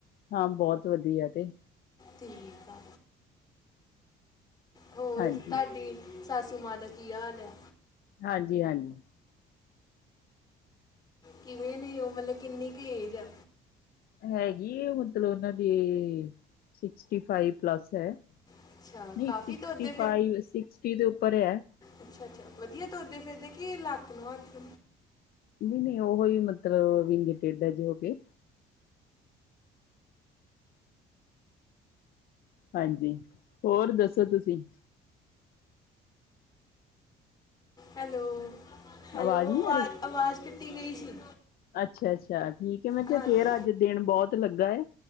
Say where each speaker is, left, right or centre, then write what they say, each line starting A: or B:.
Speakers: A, on the left; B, on the left.
A: ਹਾਂ ਬਹੋਤ ਵਧੀਆ ਤੇ।
B: ਠੀਕ ਆ। ਹੋਰ
A: ਹਾਂਜੀ
B: ਤੁਹਾਡੀ ਸਾਸੂ ਮਾਂ ਦਾ ਕੀ ਹਾਲ ਆ?
A: ਹਾਂਜੀ-ਹਾਂਜੀ।
B: ਕਿਵੇਂ ਨੇ ਉਹ ਮਤਲਬ ਕਿੰਨੀ ਕ ਏਜ ਆ?
A: ਹੈਗੀ ਏ ਮਤਲਬ ਉਹਨਾਂ ਦੀ ਸਿਕਸਟੀ ਫਾਈਵ ਪਲੱਸ ਐ।
B: ਅੱਛਾ
A: ਨਈ
B: ਕਾਫੀ
A: ਸਿਕਸਟੀ
B: ਤੁਰਦੇ
A: ਫਾਈਵ ਸਿਕਸਟੀ ਦੇ ਉੱਪਰ ਐ।
B: ਅੱਛਾ-ਅੱਛਾ ਵਧੀਆ ਤੁਰਦੇ ਫਿਰਦੇ ਕੇ ਲੱਕ ਨੂੰ ਹੱਥ
A: ਨੀ ਨਈ ਉਹ ਈ ਮਤਲਬ ਵਿੰਗੇ ਟੇਡਾ ਜ਼ ਹੋ ਕੇ। ਹਾਂਜੀ, ਹੋਰ ਦੱਸੋ ਤੁਸੀਂ?
B: ਹੈਲੋ, ਹੈਲੋ
A: ਆਵਾਜ਼ ਨਹੀਂ
B: ਵਾਜ਼ ਆਵਾਜ਼ ਕੱਟੀ ਗਈ ਸੀ।
A: ਅੱਛਾ-ਅੱਛਾ ਠੀਕ ਐ, ਮੈਂ ਕਿਹਾ
B: ਹਾਂਜੀ
A: ਫੇਰ ਅੱਜ ਦਿਨ ਬਹੁਤ ਲੱਗਾ ਐ।